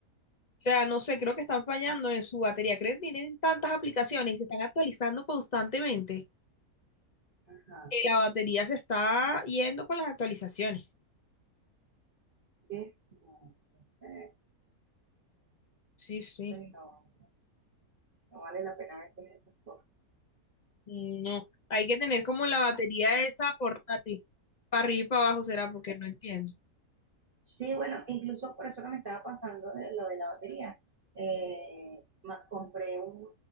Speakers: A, on the left (about 40°); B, on the right (about 40°).
A: sea, no sé, creo que están fallando en su batería. Creo que tienen tantas aplicaciones y se están actualizando constantemente.
B: Ajá.
A: que la batería se está yendo con las actualizaciones.
B: ¿ves? No, Entonces,
A: Sí, sí.
B: pues no, no vale la pena a veces esas cosas.
A: No, hay que tener como la batería esa portátil. Para arriba y para abajo será porque no entiendo.
B: Sí, bueno, incluso por eso que me estaba pasando de lo de la batería. Eh, ma- compré un